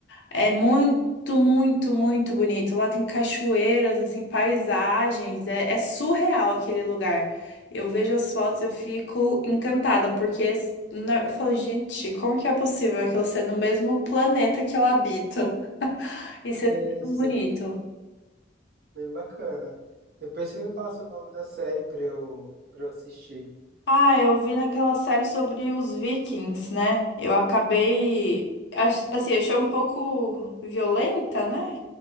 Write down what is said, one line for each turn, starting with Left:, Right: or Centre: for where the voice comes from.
Left: É muito, muito, muito bonito. Lá tem cachoeiras, assim, paisagens. É, é surreal aquele lugar. Eu vejo as fotos, eu fico encantada, porque s- na- eu falo, gente, como que é possível aquilo ser no mesmo planeta que eu habito? <laughs> Isso é
Right: sim,
Left: tão
Right: sim,
Left: bonito.
Right: bem bacana. Depois você me passa o nome da série para eu, para eu assistir.
Left: Ah, eu vi naquela série sobre os Vikings, né? Eu acabei. ach- Assim, achei um pouco violenta, né?